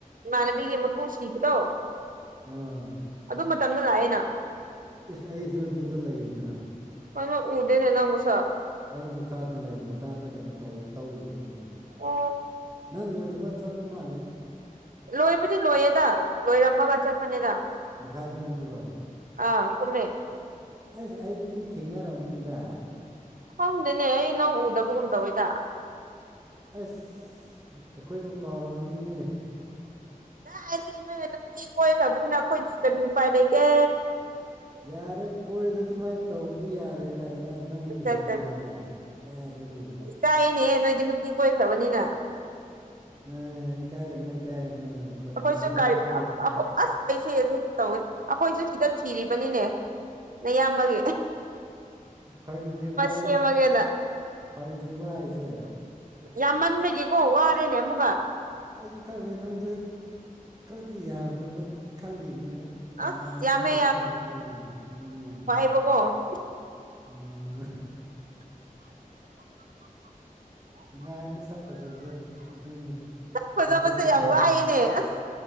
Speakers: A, on the right; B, on the right.
A: ꯏꯃꯥꯟꯅꯕꯤꯒꯤ ꯃꯄꯨ ꯁꯤꯕꯗꯣ
B: ꯑꯥ
A: ꯑꯗꯨ ꯃꯇꯝꯗ ꯂꯥꯛꯑꯦꯅ
B: ꯏꯁꯁ ꯑꯩꯁꯨ ꯑꯗꯨꯗ ꯂꯩꯅ
A: ꯀꯩꯅꫭ ꯎꯗꯦꯅꯦ ꯅꯪ ꯃꯁꯛ
B: ꯑꯩ ꯃꯈꯥꯗ ꯂꯩ ꯃꯈꯥꯗ ꯀꯩꯅꯣ ꯇꯧ ꯇꯧꯔꯤꯕ ꯑꯗꯨꯒꯤ
A: ꯑꯣ
B: ꯅꯪ ꯂꯣꯏꯗꯕ ꯆꯠꯄ ꯃꯥꯜꯂꯦ
A: ꯂꯣꯏꯕꯨꯗꯤ ꯂꯣꯏꯌꯦꯗ ꯂꯣꯏꯔꯝꯃꯒ ꯆꯠꯄꯅꯦꯗ
B: ꯃꯈꯥꯗ ꯀꯨꯝꯃꯨꯔꯣ
A: ꯑꯥ ꯀꯨꯝꯃꯦ
B: ꯑꯁ ꯑꯩꯗꯨꯗꯤ ꯊꯦꯡꯅꯔꯝꯒꯅꯤꯗ
A: ꯈꯪꯗꯦꯅꯦ ꯑꯩ ꯅꯪ ꯎꯗꯕꯒꯨꯝ ꯇꯧꯋꯤꯗ
B: ꯑꯁ ꯑꯩꯈꯣꯏꯕꯨ ꯀꯥꯎꯔꯝꯕꯅꯤꯅꯦ
A: ꯅ ꯑꯩꯗꯤ ꯅꯣꯏꯅ ꯅꯨꯄꯤ ꯀꯣꯏꯈ꯭ꯔꯕꯅꯤꯅ ꯑꯩꯈꯣꯏꯗꯤ ꯀꯔꯤ ꯎꯄꯥꯏ ꯂꯩꯒꯦ
B: ꯌꯥꯔꯦ ꯀꯣꯏꯔꯁꯨ ꯑꯗꯨꯃꯥꯏꯅ ꯇꯧꯕꯗꯤ ꯌꯥꯔꯣꯏꯗ ꯀꯗꯥꯏ ꯈꯤꯇꯪꯗꯤ
A: ꯆꯠ
B: ꯍꯦꯟꯃꯜꯂꯤꯗ ꯀꯌꯥꯗꯒꯤ
A: ꯆꯥꯏꯌꯦꯅꯦꯍ ꯅꯣꯏꯗꯤ ꯅꯨꯡꯇꯤ ꯀꯣꯏꯈ꯭ꯔꯕꯅꯤꯅ
B: ꯑꯦ ꯏꯀꯥꯏ ꯍꯅꯨ ꯏꯀꯥꯏ ꯍꯅꯨ ꯈꯣꯜ
A: ꯑꯩꯈꯣꯏꯁꯨ
B: ꯃꯁꯤꯅꯤꯀꯣ
A: ꯀꯔꯤ ꯑꯁ ꯑꯩꯁꯦ ꯑꯩꯦ ꯇꯧꯋꯦ ꯑꯩꯈꯣꯏꯁꯨ ꯁꯤꯗ ꯊꯤꯔꯤꯕꯅꯤꯅꯦ ꯑꯌꯥꯝꯕꯒꯤ
B: ꯐꯪꯗ꯭ꯔꯤꯕ
A: ꯁꯦꯝꯃꯒꯦꯅ
B: ꯐꯪꯗ꯭ꯔꯤꯕ ꯍꯥꯏꯁꯦ
A: ꯌꯥꯝꯃꯟꯕꯗꯒꯤꯦꯀꯣ ꯋꯥꯔꯦꯅꯦ ꯑꯃꯨꯛꯒ
B: ꯑꯩꯁꯨ ꯈꯂꯦ ꯅꯪꯁ ꯈꯔꯗꯤ ꯌꯥꯝꯈ꯭ꯔꯕ ꯈꯜꯂꯤꯅꯦ ꯀꯅꯥꯃꯨꯛ
A: ꯑꯁ ꯌꯥꯝꯃꯦ
B: ꯇꯧꯖꯥꯔ ꯈꯜꯂꯦ ꯑꯗꯨꯅꯦ
A: ꯔꯔꯕꯣ <unintelligible>
B: ꯎꯝ ꯅꯨꯡꯉꯥꯏꯅ ꯁꯛ ꯐꯖꯕꯗꯣ ꯑꯗꯨꯅꯤ
A: ꯁꯛ ꯐꯖꯕꯁꯦ
B: ꯈꯔ ꯆꯦꯁꯤꯟꯖꯧ
A: ꯌꯥꯝ ꯋꯥꯏꯑꯦꯅꯦ ꯑꯁ